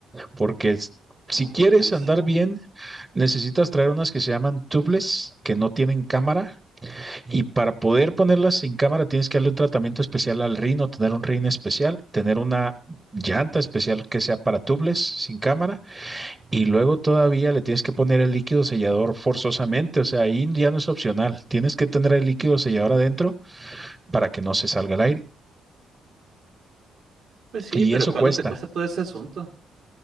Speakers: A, on the right; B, on the right.
A: Porque es- si
B: No, hombre,
A: quieres
B: carísimo.
A: andar bien, necesitas traer unas que se llaman tubeless, que no tienen cámara. Y para poder ponerlas sin cámara, tienes que darle un tratamiento especial al rino, tener un rin especial, tener una llanta especial que sea para tubeless, sin cámara. Y luego todavía le tienes que poner el líquido sellador forzosamente. O sea, ahí ya no es opcional. Tienes que tener el líquido sellador adentro para que no se salga el aire.
B: Pues sí,
A: Y
B: pero
A: eso
B: ¿cuánto
A: cuesta.
B: te cuesta todo ese asunto?